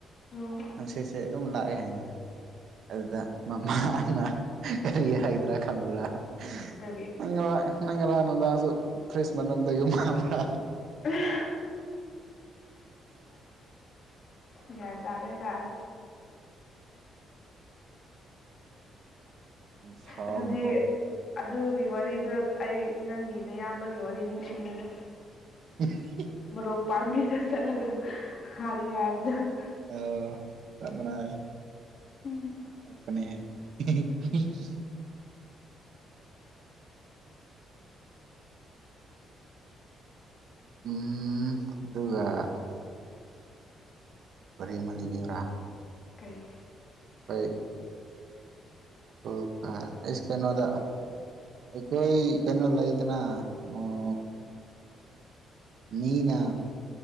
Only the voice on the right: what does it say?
ꯅꯨꯡꯁꯤꯠꯁꯦ ꯑꯗꯨꯝ ꯂꯥꯛꯑꯦ ꯍꯥꯏꯅꯦ ꯑꯗꯨꯗ ꯃꯃꯥꯅ ꯀꯔꯤ
ꯍꯥꯏꯗ꯭ꯔꯥ ꯈꯪꯕ꯭ꯔꯥ <unintelligible>
ꯏꯃꯥ ꯉꯔꯥꯡ ꯅꯨꯡꯗꯥꯡꯁꯨ ꯐ꯭ꯔꯤꯖ ꯃꯅꯨꯡꯗ ꯌꯨꯝ ꯍꯥꯡꯕ꯭ꯔ
ꯌꯥꯝ ꯁꯥꯎꯅꯀꯣ
<unintelligible>
<unintelligible>
<unintelligible> ꯎꯝ-ꯝ- ꯝ ꯑꯗꯨꯒ_ _ ꯍꯣꯔꯦ ꯑꯅꯥ ꯂꯩꯕꯤꯌꯨꯔ꯫
ꯍꯣꯏ꯫ ꯑꯣ ꯀ ꯑꯦꯁ ꯀꯩꯅꯣꯗ ꯑꯩꯈꯣꯏ ꯀꯩꯅꯣ ꯂꯩꯗꯅ ꯑꯣ_ _ ꯃꯤꯅ